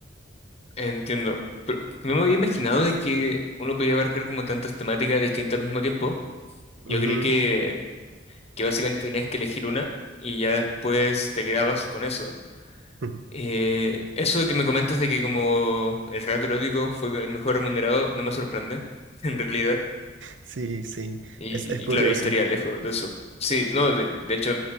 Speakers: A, on the left; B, on the right.
A: entiendo. Pero no me había imaginado de que uno podía abarcar como tantas temáticas distintas al mismo tiempo.
B: Ujú.
A: Yo creí que, que básicamente tenías que elegir una y ya después te quedabas con eso.
B: <laughs>
A: Eh, eso de que me comentas de que como el relato erótico fue el mejor remunerado no me sorprende, <laughs> en realidad.
B: Sí, sí,
A: Y,
B: es, es curioso.
A: y claro, yo estaría lejos de eso. Sí, no, de, de hecho,